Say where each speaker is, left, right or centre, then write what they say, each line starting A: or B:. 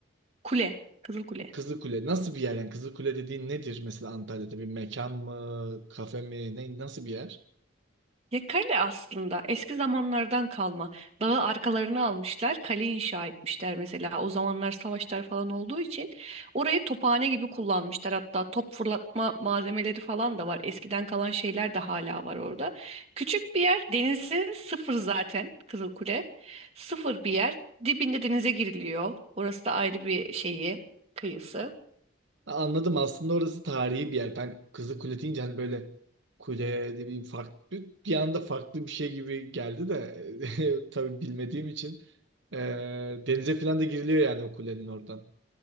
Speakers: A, on the right; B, on the right.
A: Kule. Kızıl Kule.
B: Kızı Kule nasıl bir yer yani Kızı Kule dediğin nedir mesela Antalya'da bir mekan mı, kafe mi, ne nasıl bir yer?
A: Ya kale aslında eski zamanlardan kalma. Dağı arkalarına almışlar, kale inşa etmişler mesela. O zamanlar savaşlar falan olduğu için orayı tophane gibi kullanmışlar. Hatta top fırlatma malzemeleri falan da var. Eskiden kalan şeyler de hala var orada. Küçük bir yer, denizi sıfır zaten Kızılkule. Sıfır bir yer. Dibinde denize giriliyor. Orası da ayrı bir şeyi, kıyısı.
B: Anladım aslında orası tarihi bir yer. Ben Kızılkule deyince hani böyle kule de bir farklı bir anda farklı bir şey gibi geldi de <laughs> tabii bilmediğim için Ee, denize falan da giriliyor yani o kulenin oradan.